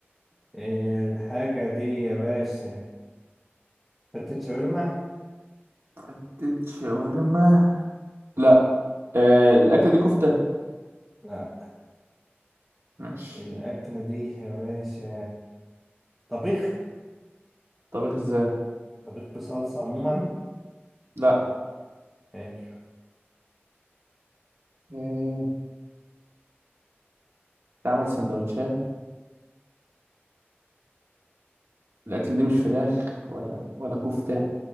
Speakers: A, in the centre; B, on the right (about 80°).
A: الحاجة دي يا باشا فتة شاورما
B: حتة شاورما لا آه الأكلة دي كفتة
A: لا
B: ماشي
A: الأكلة دي يا باشا طبيخ
B: طبخ ازاي
A: طبيخ بصلصة عموما
B: لا
A: حلو.
B: آه، تعمل سندوتشات الأكل دي مش فراخ ولا ولا كفتة